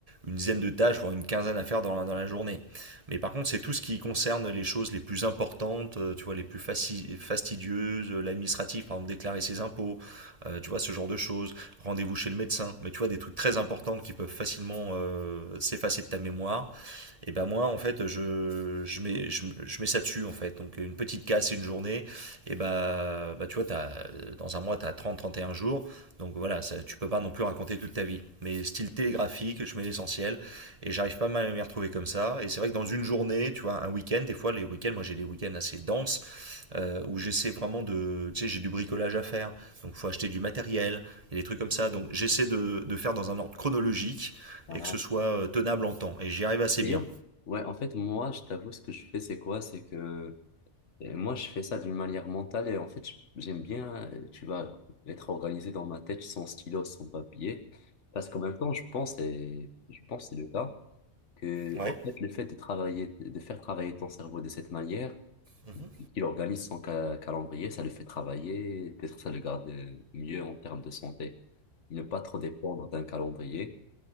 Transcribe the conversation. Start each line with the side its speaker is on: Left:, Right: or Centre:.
Right: une dizaine de tâches, voire une quinzaine à faire dans la, dans la journée. Mais par contre, c'est tout ce qui concerne les choses les plus importantes, euh, tu vois, les plus fastidieuses, euh, l'administratif, par exemple déclarer ses impôts, euh, tu vois, ce genre de choses, rendez-vous chez le médecin. Mais tu vois, des trucs très importants qui peuvent facilement euh, s'effacer de ta mémoire. Et ben moi, en fait, je, je, mets, je, je mets ça dessus, en fait. Donc une petite casse, une journée, et ben ben tu vois, t'as dans un mois, tu as trente à trente et un jours. Donc voilà, ça, tu peux pas non plus raconter toute ta vie. Mais style télégraphique, je mets l'essentiel. Et j'arrive pas mal à m'y retrouver comme ça. Et c'est vrai que dans une journée, tu vois, un week-end, des fois, les week-ends, moi j'ai des week-ends assez denses, euh, où j'essaie vraiment de. Tu sais, j'ai du bricolage à faire. Donc il faut acheter du matériel, et des trucs comme ça. Donc j'essaie de, de faire dans un ordre chronologique,
Left: Ah.
Right: et
Left: ah.
Right: que ce soit euh, tenable en temps. Et j'y arrive assez
Left: D'ailleurs,
Right: bien.
Left: ouais, en fait, moi, je t'avoue, ce que je fais, c'est quoi? C'est que Et moi, je fais ça d'une manière mentale et en fait, je- j'aime bien, euh, tu vas être organisé dans ma tête sans stylo, sans papier. Parce qu'en même temps, je pense, et je pense que c'est le cas, que
Right: Ouais.
Left: en fait, le fait de travailler, de faire travailler ton cerveau de cette manière,
Right: Mhm,
Left: qu'il organise son ca- calendrier, ça le fait travailler, peut-être ça le garde mieux en termes de santé. Ne pas trop dépendre d'un calendrier.